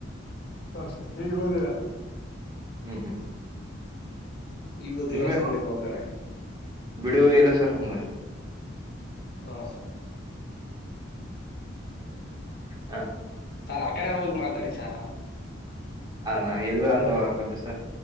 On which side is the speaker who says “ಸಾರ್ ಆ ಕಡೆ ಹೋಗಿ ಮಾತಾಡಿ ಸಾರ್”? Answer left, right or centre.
Left